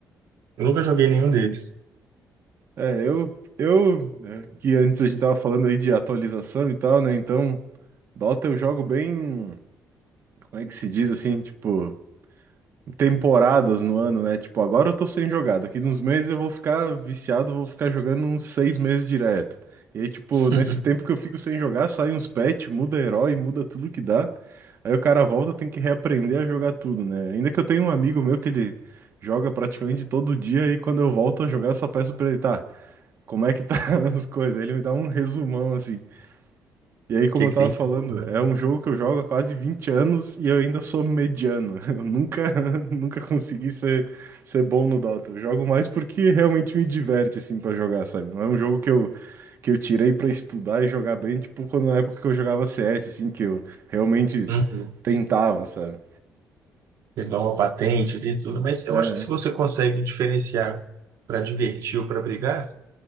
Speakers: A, on the right (about 65°); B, on the right (about 45°).
A: Eu nunca joguei nenhum deles.
B: É, eu, eu, é, que antes a gente tava falando aí de atualização e tal, né? Então, Dota eu jogo bem, como é que se diz assim, tipo, em temporadas no ano, né? Tipo, agora eu tô sem jogar, daqui uns meses eu vou ficar viciado, vou ficar jogando uns seis meses direto. E aí, tipo,
A: <laughs>
B: nesse tempo que eu fico sem jogar, sai uns patch, muda herói, muda tudo que dá. Aí o cara volta, tem que reaprender a jogar tudo, né? Ainda que eu tenho um amigo meu que ele joga praticamente todo dia e quando eu volto a jogar, eu só peço pra ele, tá? como é que tá <laughs> as coisas. Aí ele me dá um resumão assim. E aí, como
A: O que
B: eu
A: que
B: tava
A: tem
B: falando,
A: de novo, né?
B: é um jogo que eu jogo há quase 20 anos e eu ainda sou mediano. <laughs> Eu nunca, <laughs> nunca consegui ser, ser bom no Dota. Eu jogo mais porque realmente me diverte, assim, pra jogar, sabe? Não é um jogo que eu, que eu tirei pra estudar e jogar bem, tipo, quando na época que eu jogava CS, assim, que eu realmente
A: Uhum.
B: tentava, sabe?
A: Pegar uma patente, tem tudo. Mas eu
B: É,
A: acho que se você consegue diferenciar para divertir ou para brigar,